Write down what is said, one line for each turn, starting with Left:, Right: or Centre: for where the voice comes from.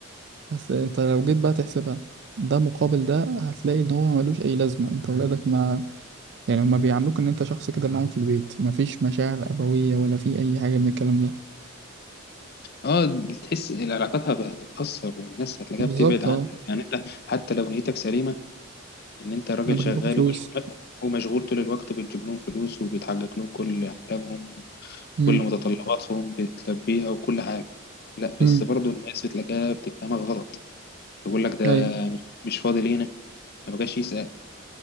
Right: بس انت لو جيت بقى تحسبها ده مقابل ده هتلاقي ان هو ملوش اي لازمه انت ولادك ما يعني هما بيعاملوك ان انت شخص كده معاهم في البيت مفيش مشاعر ابويه ولا في اي حاجه من الكلام ده
Left: اه تحس العلاقات هتتأثر والناس هتلاقيها
Right: بالظبط
Left: بتبعد عنك
Right: اه
Left: يعني انت حتى لو نيتك سليمة ان انت راجل
Right: انا بجيب
Left: شغال
Right: لكم فلوس
Left: ومشغول ومشغول طول الوقت وبتجيب لهم فلوس وبتحقق لهم كل احلامهم
Right: مم.
Left: وكل متطلباتهم بتلبيها وكل حاجة لا
Right: امم
Left: بس برضو الناس بتلاقيها بتفهمك غلط يقول لك ده
Right: ايوه
Left: مش فاضي لينا ما بقاش يسأل